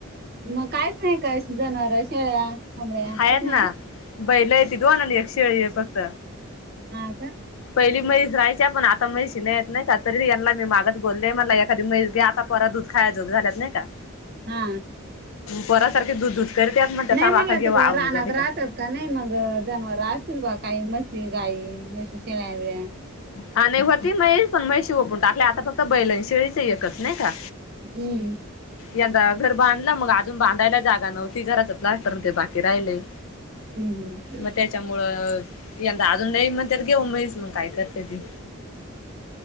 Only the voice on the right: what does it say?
मग काहीच नाही काश जनावर शेळ्या कोंबड्या
काहीच नाही.
हा का.
हा.
नाही
म्हणलं
तिकडं
रानात
राहतात का नाही मग जनवार असतील का बा काही मशी गाई मशी शेळ्या बिळ्या.
हम्म,
हम्म हम्म.